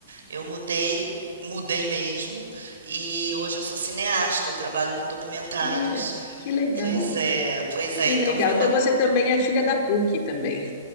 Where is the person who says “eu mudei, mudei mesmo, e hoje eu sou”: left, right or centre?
Right